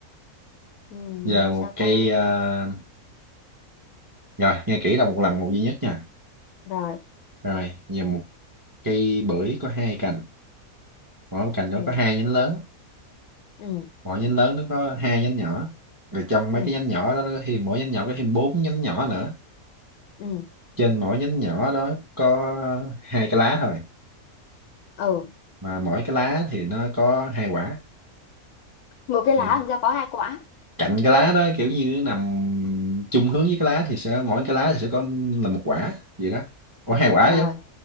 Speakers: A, on the left; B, on the right.
A: ừ,
B: giờ một
A: sao
B: cây
A: ta
B: à, rồi nghe kỹ đâu một lần một duy nhất nha
A: rồi
B: rồi giờ một cây bưởi có hai cành mỗi cành
A: ừ
B: đó có hai nhánh lớn
A: ừ
B: mỗi nhánh lớn nó có hai nhánh nhỏ rồi trong mấy
A: ừ
B: cái nhánh nhỏ đó nó có thêm mỗi nhánh nhỏ có thêm bốn nhánh nhỏ nữa
A: ừ
B: trên mỗi nhánh nhỏ đó có hai cái lá thôi
A: ừ
B: mà mỗi cái lá thì nó có hai quả
A: một cái
B: thì
A: lá làm sao có hai quả
B: cạnh cái lá đó kiểu như nó nằm chung hướng với cái lá thì sẽ mỗi cái lá thì sẽ có là một quả vậy đó có
A: rồi,
B: hai quả
A: rồi.
B: chứ